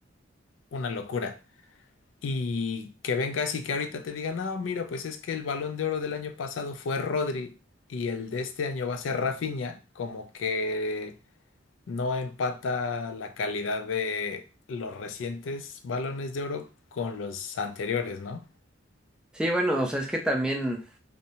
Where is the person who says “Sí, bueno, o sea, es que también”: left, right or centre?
Centre